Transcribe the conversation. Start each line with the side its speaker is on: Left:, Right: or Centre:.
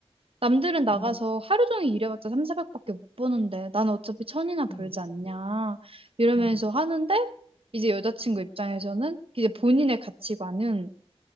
Right: 남들은
Left: 응
Right: 나가서 하루 종일 일해봤자 3, 4백밖에 못 버는데 나는 어차피 천이나
Left: 응
Right: 벌지 않냐 이러면서
Left: 응
Right: 하는데 이제 여자친구 입장에서는 이제 본인의 가치관은